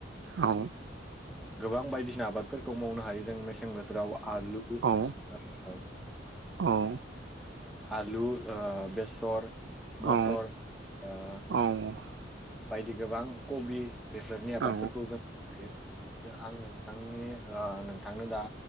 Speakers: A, on the right; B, in the centre.
A: औ
B: गोबां बायदिसिना आबादफोरखौ मावनो हायो जों मेसें बो थोराव आलु ओम
A: औ औ
B: आलु ओ बेसर मटर
A: औ
B: ओ
A: औ
B: बायदि गोबां कबि बेसरनि आबादफोरखौ
A: औ
B: जों बेयो जों आं नोंथांनि ओ नोंथांनो दा